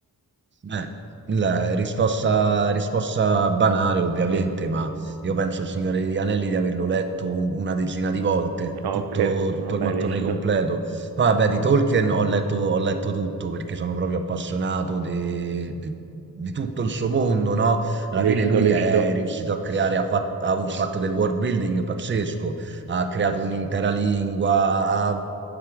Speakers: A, on the right; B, on the right.
A: Eh, la risposta, risposta banale, ovviamente,
B: Sì,
A: ma io penso il Signore degli Anelli di averlo letto una decina di volte,
B: Ah,
A: tutto,
B: ok,
A: tutto
B: vabbè,
A: il mattone
B: lecito,
A: completo. Poi, Vabbè, di Tolkien ho letto, ho letto tutto perché sono proprio appassionato de- de- di tutto il suo mondo, no? Alla
B: lecito,
A: fine lui
B: lecito.
A: è riuscito a creare, ha, fat- ha fatto del world building pazzesco ha creato un'intera lingua, ha-